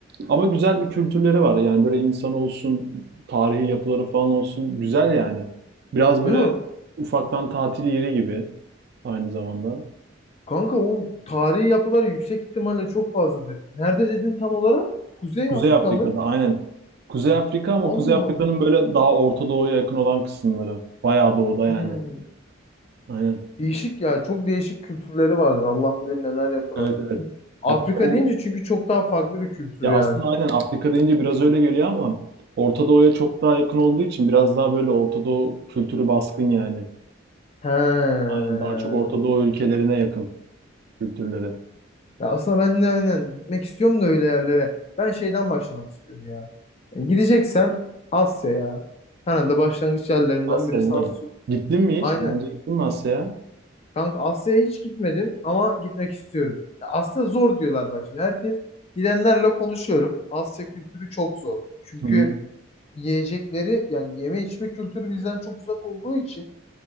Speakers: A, on the right; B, on the left.
A: Ama güzel bir kültürleri var. Yani böyle insan olsun, tarihi yapıları falan olsun. Güzel yani. Biraz böyle
B: Değil mi?
A: ufaktan tatil yeri gibi aynı zamanda.
B: Kanka o tarihi yapıları yüksek ihtimalle çok fazladır. Nerede dedin tam olarak? Kuzey
A: Kuzey
B: Afrika
A: Afrika'da
B: mı?
A: aynen. Kuzey Afrika ama
B: Allah
A: Kuzey Afrika'nın
B: Allah.
A: böyle daha Orta Doğu'ya yakın olan kısımları. Bayağı doğuda
B: Hmm.
A: yani. Aynen.
B: Değişik ya. Çok değişik kültürleri vardır. Allah bilir neler yapılar.
A: Evet evet.
B: Afrika
A: Ya tabii or-
B: deyince çünkü çok daha farklı bir kültür
A: Ya aslında
B: yani.
A: aynen Afrika deyince biraz öyle geliyor ama Orta Doğu'ya çok daha yakın olduğu için biraz daha böyle Orta Doğu kültürü baskın yani.
B: He.
A: Aynen daha çok Orta Doğu ülkelerine yakın kültürleri.
B: Ya aslında ben de aynen gitmek istiyorum da öyle yerlere. Ben şeyden başlamak istiyorum ya. E, gideceksem Asya ya. Herhalde başlangıç yerlerimden
A: Asya
B: birisi
A: değil mi?
B: Asya.
A: Evet. Gittin mi hiç?
B: Aynen.
A: Daha önce gittin mi Asya'ya?
B: Kanka Asya'ya hiç gitmedim ama gitmek istiyorum. Ya Asya zor diyorlar bak şimdi. Herkes gidenlerle konuşuyorum. Asya kültürü çok zor. Çünkü
A: Hı hı.
B: yiyecekleri yani yeme içme kültürü bizden çok uzak olduğu için